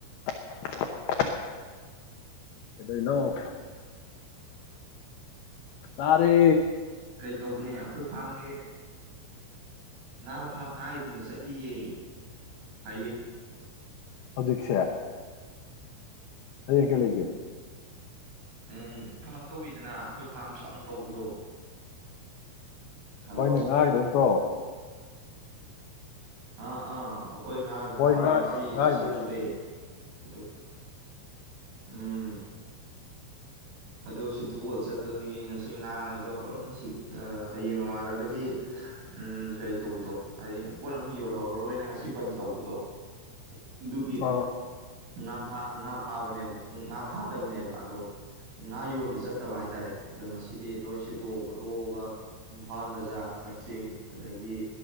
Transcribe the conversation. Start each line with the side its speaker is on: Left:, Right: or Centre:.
Left: <unintelligible> ꯗꯣꯏꯅꯣ ꯇꯥꯔꯦ
Right: ꯀꯩ ꯇꯧꯕꯅꯦ ꯑꯩꯈꯣꯏ ꯐꯥꯝꯒꯤ ꯉꯥ ꯐꯥ ꯉꯥ ꯎꯟꯕ ꯆꯠꯂꯤꯌꯦ ꯍꯌꯦꯡ
Left: ꯍꯧꯖꯤꯛꯁꯦ ꯍꯌꯦꯡ ꯀꯦ ꯀꯦ
Right: ꯎꯝ ꯐꯥꯔꯝ ꯇꯧꯋꯤꯗꯅ ꯑꯩꯈꯣꯏ ꯐꯥꯔꯝ ꯆꯥꯎꯅ ꯇꯧꯕꯗꯣ ꯍꯜꯂꯣ
Left: ꯍꯣꯏꯅꯦ ꯉꯥꯈꯤꯗꯣꯏ ꯅꯠꯇ꯭ꯔꯣ
Right: ꯑꯥ ꯑꯥ ꯑꯩꯈꯣꯏ ꯉꯥꯒꯤ
Left: ꯍꯣꯏ
Right: ꯐꯥꯝꯗꯣ
Left: ꯉꯥ
Right: ꯉꯁꯤ
Left: ꯉꯥꯒꯤꯗꯣ
Right: ꯁꯤꯠꯇꯣꯛꯑꯦ
Left: ꯑꯥ
Right: ꯑꯗ ꯎꯝ ꯑꯗꯣ ꯁꯤꯗꯣꯛꯑ ꯆꯠꯄꯗꯒꯤ ꯉꯁꯤ ꯉꯥꯡꯉꯩꯗꯣ ꯂꯣꯏꯅ ꯍꯌꯦꯡ ꯅꯣꯡꯉꯥꯜꯂꯒꯗꯤ ꯎꯝ ꯀꯩ ꯇꯧꯕꯗꯣ ꯑꯩ ꯄꯣꯠ ꯑꯃꯨꯛ ꯌꯣꯜꯍꯧꯔꯔꯣꯏꯅ ꯉꯁꯤ ꯕꯟ ꯇꯧꯕꯗꯣ ꯑꯗꯨꯒꯤ
Left: ꯑꯥ
Right: ꯉꯥ ꯐꯥ ꯉꯥ ꯐꯕꯅꯦ ꯎꯝ ꯉꯥ ꯐꯥꯗꯕꯅꯦꯕ ꯑꯗꯨ ꯉꯥ ꯌꯣꯟꯕ ꯆꯠꯇꯕ ꯍꯥꯏꯇꯥꯔꯦ ꯑꯗꯣ ꯉꯁꯤꯗꯤ ꯂꯣꯏ ꯁꯤꯠꯇꯣꯛ ꯈꯣꯠꯇꯣꯛꯑꯒ ꯎ ꯏꯝꯐꯥꯜ ꯕꯖꯥꯔ ꯀꯛꯆꯤꯡ ꯑꯗꯒꯤ